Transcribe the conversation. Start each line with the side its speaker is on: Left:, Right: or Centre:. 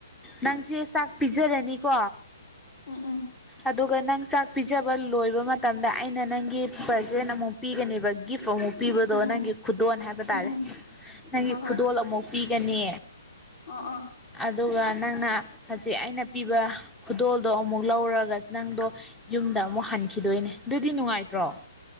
Centre: ꯅꯪꯁꯦ ꯆꯥꯛ ꯄꯤꯖꯔꯅꯤꯀꯣ
Left: ꯑ ꯑ
Centre: ꯑꯗꯨꯒ ꯅꯪ ꯆꯥꯛ ꯄꯤꯖꯕ ꯂꯣꯏꯕ ꯃꯇꯝꯗ ꯑꯩꯅ ꯅꯪꯒꯤ ꯄꯔꯖꯦꯟ ꯑꯃꯨꯛ ꯄꯤꯒꯅꯦꯕ ꯒꯤꯐ ꯑꯃꯨꯛ ꯄꯤꯕꯗꯣ
Left: ꯎꯝ
Centre: ꯅꯪꯒꯤ
Left: ꯎꯝ
Centre: ꯈꯨꯗꯣꯟ ꯍꯥꯏꯕ
Left: ꯎꯝ
Centre: ꯇꯥꯔꯦ
Left: ꯎꯝ
Centre: ꯅꯪꯒꯤ
Left: ꯍꯣꯏ ꯍꯣꯏ
Centre: ꯈꯨꯗꯣꯜ ꯑꯃꯨꯛ ꯄꯤꯒꯅꯤ
Left: ꯑꯥ ꯑꯥ
Centre: ꯑꯗꯨꯒ ꯅꯪꯅ ꯍꯧꯖꯤꯛ ꯑꯩꯅ ꯄꯤꯕ ꯈꯨꯗꯣꯜꯗꯣ ꯑꯃꯨꯛ ꯂꯧꯔꯒ ꯅꯪꯗꯣ ꯌꯨꯝꯗ ꯑꯃꯨꯛ ꯍꯟꯈꯤꯗꯣꯏꯅꯦ ꯑꯗꯨꯗꯤ ꯅꯨꯡꯉꯥꯏꯇ꯭ꯔꯣ <inaudible>